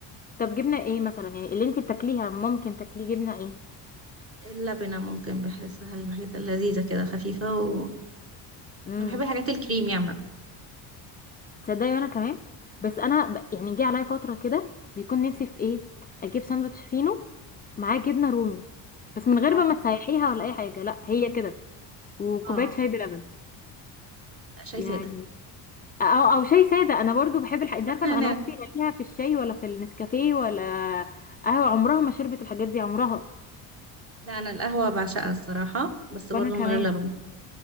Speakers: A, on the left; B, on the right.
A: طب جبنه ايه مثلا يعني اللي انتي بتاكليها ممكن تاكليه جبنه ايه
B: اللبنة ممكن بحسها الوحيدة اللذيذة كده خفيفة و
A: امم
B: أنا بحب الحاجات الكريم يعني
A: تصدقي وانا كمان بس انا ب... يعني جه عليا فتره كده بيكون نفسي في ايه اجيب ساندوتش فينو معاه جبنه رومي بس من غير
B: اه
A: بقى ما تسيحيها ولا اي حاجه لا هي كده وكوبايه
B: اه اه
A: شاي بلبن
B: لا، شاي
A: يعني
B: سادة
A: او او شاي ساده انا برضو بحب الح... انت عارفه
B: نعناع
A: انا أنا اختي لا ليها في الشاي ولا في النسكافيه ولا قهوه عمرها ما شربت الحاجات دي عمرها
B: لا أنا القهوة بعشقها الصراحة بس برضو
A: وانا كمان
B: من غير لبن